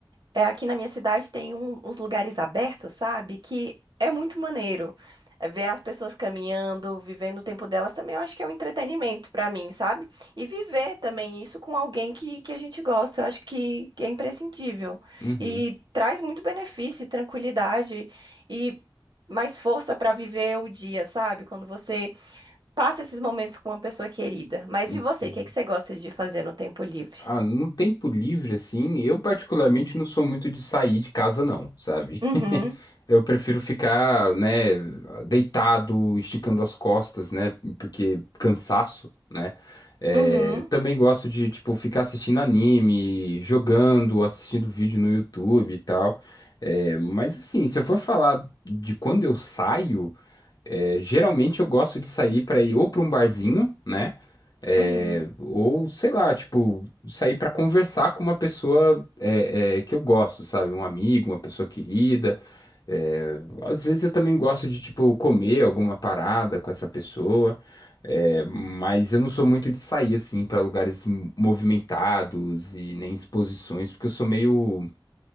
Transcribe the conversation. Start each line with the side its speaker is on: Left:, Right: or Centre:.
Right: É, aqui na minha cidade tem um- uns lugares abertos, sabe? Que é muito maneiro. É Ver as pessoas caminhando, vivendo o tempo delas também, eu acho que é um entretenimento pra mim, sabe? E viver também isso com alguém que, que a gente gosta, eu acho que, que é imprescindível.
Left: uhum,
Right: E traz muito benefício, e tranquilidade e mais força pra viver o dia, sabe? Quando você passa esses momentos com uma pessoa querida. Mas
Left: uhum,
Right: e você?
Left: entendi.
Right: O que é que você gosta de fazer no tempo livre?
Left: Ah, no tempo livre, assim, eu particularmente não sou muito de sair de casa, não, sabe?
Right: Uhum,
Left: <laughs> Eu prefiro ficar, né, deitado, esticando as costas, né, porque cansaço, né? É,
Right: uhum,
Left: também gosto de, tipo, ficar assistindo anime, jogando, assistindo vídeo no YouTube e tal. É, mas, assim, se eu for falar de quando eu saio. É, geralmente eu gosto de sair para ir ou para um barzinho, né? É,
Right: uhum.
Left: ou sei lá, tipo, sair para conversar com uma pessoa é, é, que eu gosto, sabe? Um amigo, uma pessoa querida. É, às vezes eu também gosto de, tipo, comer alguma parada com essa pessoa. é, mas eu não sou muito de sair assim para lugares m- movimentados e nem exposições, porque eu sou meio, como